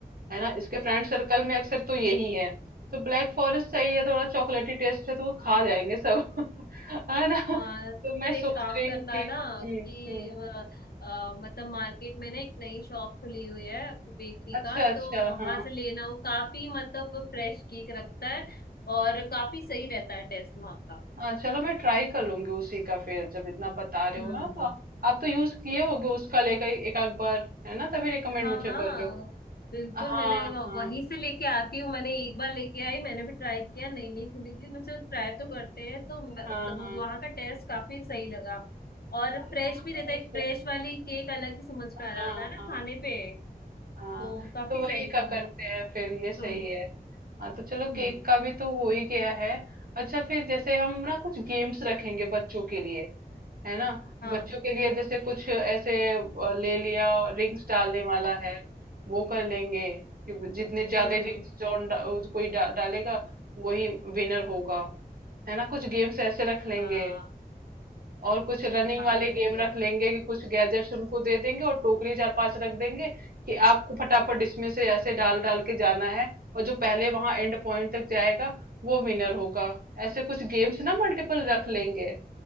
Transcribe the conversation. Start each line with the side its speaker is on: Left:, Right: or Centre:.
Right: है ना इसके फ्रेंड सर्कल में अक्सर तो यही है तो ब्लैक फॉरेस्ट सही है थोड़ा चॉकलेटी टेस्ट है तो वो खा जाएंगे सब <laughs> है ना तो
Left: हाँ तो
Right: मैं
Left: फिर एक
Right: सोच
Left: काम
Right: रही
Left: करना
Right: हूँ कि
Left: ना
Right: हम्म
Left: कि
Right: हम्म
Left: अ, अ, मतलब मार्केट में ना एक नई शॉप खुली हुई है बेकरी
Right: अच्छा
Left: का
Right: अच्छा
Left: तो वहां
Right: हाँ
Left: से लेना वो काफी मतलब फ्रेश केक रखता है और काफी सही रहता है टेस्ट वहां का
Right: हाँ चलो मैं ट्राई कर लूंगी उसी का फिर जब इतना बता रहे
Left: हम्म
Right: हो ना
Left: हम्म।
Right: तो आ- आप तो यूज किए होगे उसका लेकर एक आध बार है ना तभी रिकमेंड
Left: हाँ
Right: मुझे
Left: हाँ
Right: कर रहे हो
Left: बिल्कुल
Right: हाँ
Left: मैंने वह-
Right: हाँ
Left: वहीं से लेके आती हूँ मैंने एक बार लेके आई मैंने भी ट्राई किया नई नई खुली थी मुझे ट्राई तो करते हैं तो मैं-
Right: हाँ
Left: तो
Right: हाँ
Left: मुझे वहाँ का टेस्ट काफी सही लगा और
Right: हाँ तो
Left: फ्रेश
Right: चलो
Left: भी रहता
Right: वहीं
Left: है एक
Right: से
Left: फ्रेश वाली केक अलग ही समझ में
Right: हाँ
Left: आ जाता है
Right: हाँ
Left: ना खाने पे
Right: हाँ
Left: तो काफी
Right: तो वही
Left: सही
Right: का
Left: था वो
Right: करते हैं फिर ये सही
Left: हम्म
Right: है हाँ तो चलो
Left: हम्म
Right: केक का भी तो हो ही गया है अच्छा फिर जैसे हम ना कुछ गेम्स रखेंगे बच्चों के लिए है ना
Left: हाँ
Right: बच्चों के लिए जैसे कुछ ऐसे अ, ले लिया रिंग्स डालने वाला है वो कर लेंगे कि जितने ज्यादा
Left: हम्म
Right: रिंग्स
Left: हम्म
Right: जॉन डा, कोई डा, डालेगा वही विनर होगा है ना कुछ गेम्स ऐसे रख लेंगे
Left: हाँ
Right: और कुछ रनिंग
Left: हाँ
Right: वाले
Left: ये
Right: गेम
Left: भी है
Right: रख लेंगे कि कुछ गैजेट्स उनको दे देंगे और टोकरी चार पांच रख देंगे कि आपको फटाफट इसमें से ऐसे डाल डाल के जाना है और जो पहले वहां एंड पॉइंट तक जाएगा वो विनर होगा ऐसे कुछ गेम्स ना मल्टीपल रख लेंगे